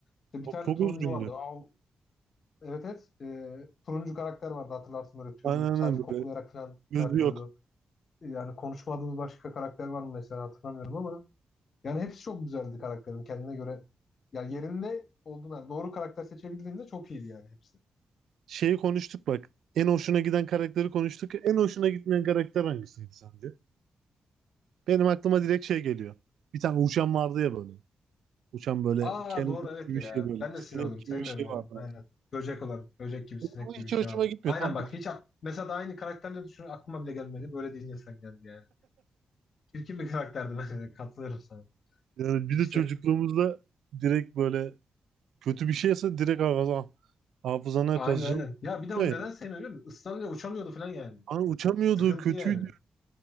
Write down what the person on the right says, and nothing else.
Çok,
çok
üzgündü.
Aynen aynen
böyle
yüzü
yok.
Şeyi konuştuk bak. En hoşuna giden karakteri konuştuk. En hoşuna gitmeyen karakter hangisiydi sence? Benim aklıma direkt şey geliyor. Bir tane uçan vardı ya böyle. Uçan böyle
kelebek
gibi
bir şey böyle.
Sinek
gibi
bir şey
vardı.
Bu
hiç
hoşuma
gitmiyor.
Tam
uç-
yani bir
de çocukluğumuzda
direkt böyle Kötü bir şeyse direkt hafıza, hafızana
kazıcın.
Ya
ya.
Hani uçamıyordu,
kötüydü.